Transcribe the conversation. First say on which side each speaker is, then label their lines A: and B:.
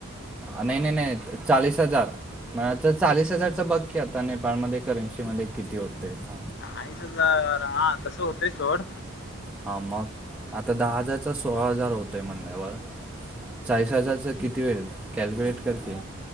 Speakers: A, in the centre; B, on the left.
A: नाही नाही नाही चाळीस हजार मला तर चाळीस हजारचं बघकी आता नेपाळमध्ये करन्सी मध्ये किती होतेत?
B: चाळीस हजार हा तसं होतंय सोड
A: हा मग आता दहा हजारचा सोळा हजार होतोय म्हणल्यावर चाळीस हजारचा किती होईल कॅलक्युलेट कर की.